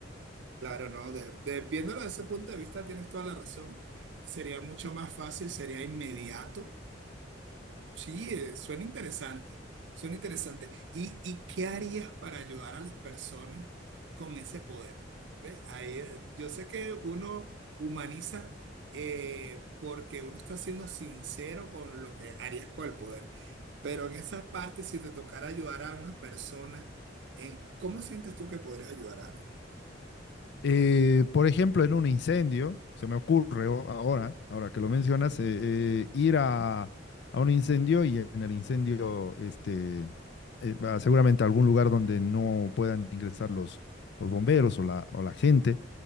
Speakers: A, on the right; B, on the left.
A: Claro, ¿no? De- de- viéndolo desde ese punto de vista, tienes toda la razón. Sería mucho más fácil, sería inmediato. Sí, eh, suena interesante, suena interesante. ¿Y, y qué harías para ayudar a las personas con ese poder? ¿Ve? Ahí, eh, yo sé que uno humaniza eh, porque uno está siendo sincero con lo que harías con el poder, pero en esa parte, si te tocara ayudar a una persona, ¿en ¿cómo sientes tú que podrías ayudar a alguien?
B: Eh, por ejemplo, en un incendio, se me ocurre o- ahora, ahora que lo mencionas, eh, eh, ir a, a un incendio y en el incendio, este, eh, va seguramente a algún lugar donde no puedan ingresar los, los bomberos o la, o la gente